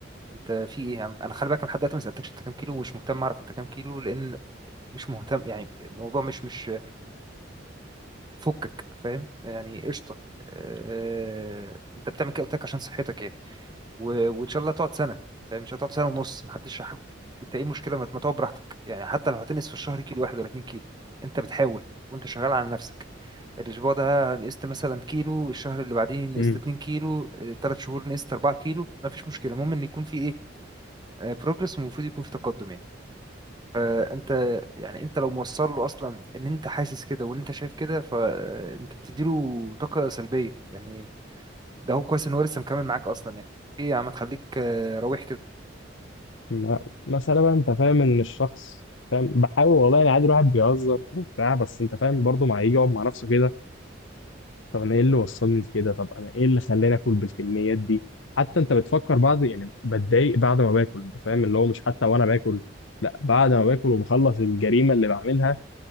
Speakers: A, on the right (about 25°); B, on the left (about 75°).
A: انت في ايه يا عم انا خلي بالك انا لحد دلوقتي ما سألتكش انت كام كيلو ومش مهتم اعرف انت كام كيلو لان مش مهتم يعني الموضوع مش مش فكك فاهم يعني قشطة آه، انت بتعمل كده قلت لك عشان صحتك يعني و... وان شاء الله تقعد سنه فاهم مش هتقعد سنه ونص محدش حد انت ايه المشكله ما ما تقعد براحتك يعني حتى لو هتنقص في الشهر كيلو واحد ولا اتنين كيلو انت بتحاول وانت شغال على نفسك الاسبوع ده نقصت مثلا كيلو الشهر اللي بعديه نقصت
B: جدا
A: 2 كيلو ثلاث شهور نقصت 4 كيلو ما فيش مشكله المهم ان يكون في ايه بروجرس والمفروض يكون في تقدم يعني فانت يعني انت لو موصل له اصلا ان انت حاسس كده وان انت شايف كده فانت بتديله طاقه سلبيه يعني ده هو كويس ان هو لسه مكمل معاك اصلا يعني ايه يا عم تخليك روح كده
B: ما- مسألة بقى انت فاهم ان الشخص فاهم بحاول والله يعني عادي الواحد بيهزر وبتاع بس انت فاهم برضه ما يجي يقعد مع نفسه كده طب انا ايه اللي وصلني لكده طب انا ايه اللي خلاني اكل بالكميات دي حتى انت بتفكر بعد يعني بتضايق بعد ما باكل انت فاهم اللي هو مش حتى وانا باكل لا بعد ما باكل وبخلص الجريمة اللي بعملها